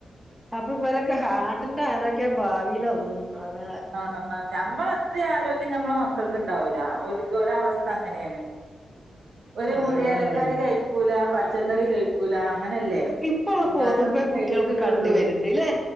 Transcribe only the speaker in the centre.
അപ്പൊ ഇവരൊക്കെ ഹാർട്ടിന്റെ ആരോഗ്യ ഭാവി ലൊന്നും അതാ
ആ
ഇപ്പോള്ള
പൊതുവേ
കുട്ടികൾക്ക്
കണ്ട് വര്ണ്ട്ല്ലേ